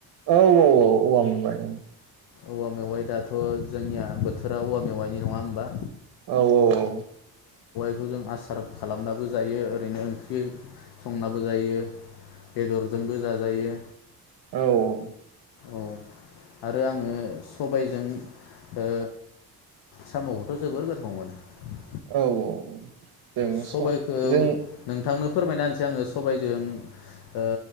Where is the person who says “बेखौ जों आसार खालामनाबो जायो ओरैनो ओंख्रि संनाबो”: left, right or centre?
Left